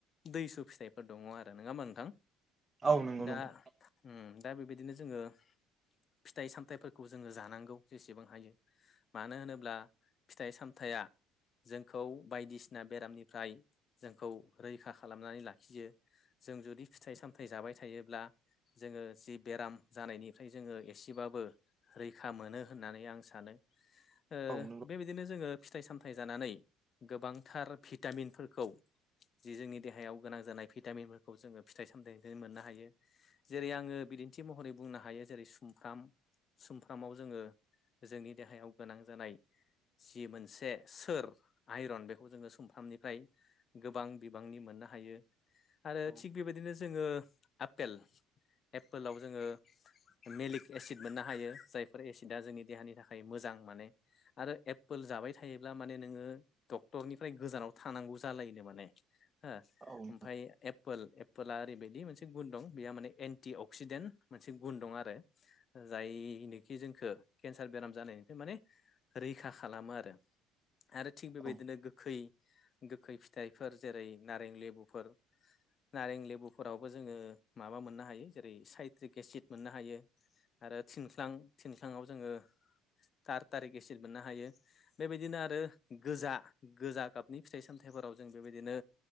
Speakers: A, on the left; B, on the right.
A: दैसु फिथाइ दङ आरो नोङा होमबा नोंथां
B: औ नंगौ
A: दा
B: नोंथां
A: उम दा बेबायदिनो जोङो फिथाइ सामथाइफोरखौ जोङो जानांगौ जेसेबां हायो मानो होनोब्ला फिथाइ सामथाइया जोंखौ बायदिसिना बेरामनिफ्राय जोंखौ रैखा खालामनानै लाखियो। जों जुदि फिथाइ सामथाइ जाबाय थायोब्ला जोङो जि बेराम जानायनि ओमफ्राय जोङो एसेबाबो रैखा मोनो होननानै आं सानो ओ बेबायदि
B: औ नंगौ
A: बिदिनो जोङो फिथाइ सामथाइ जानानै गोबांथार भिटामिनफोरखौ जि जोंनि देहायाव गोनां जानाय भिटामिनफोरखौ जोङो फिथाइ सामथाइनिफ्राय मोननो हायो। जेरै आङो बिदिन्थि महरै बुंनो हायो। जेरै सुमफ्राम सुमफ्रामाव जोङो जोंनि देहायाव गोनां जानाय जि मोनसे सोर आइरन बेखौ जोङो सुमफ्रामनिफ्राय गोबां बिबांनि मोननो हायो। आरो
B: औ
A: थिग बेबायदिनो जोङो आपेल एपपोलाव जोङो मेलिक एसिड मोननो हायो जायफोर एसिडा जोंनि देहानि थाखाय मोजां माने। आरो एप्पोल जाबाय थायोब्ला माने नोङो डक्टरनिफ्राय गोजानाव थानांगौ जालायोनो माने हो
B: औ नोंथां
A: ओमफाय एपोल एपोला ओरैबायदि मोनसे गुन दं बेहा माने एन्टि अक्सिडेन्ट मोनसे गुन दं आरो। जायनोखि जोंखो केन्सार बेराम जानायनिफ्राय माने रैखा खालामो आरो आरो थिग बेबायदिनो
B: औ
A: गोखै गोखै फिथाइफोर जेरै नारें लेबुफोर नारें लेबुफोरावबो जोङो माबा मोननो हायो जेरै साइट्रिक एसिड मोननो हायो। आरो थिनथ्लां थिनथ्लांआव जोङो थार थारिख एसिट मोननो हायो। बेबायदिनो आरो गोजा गोजा गाबनि फिथाइ सामथाइफोराव जों बेबायदिनो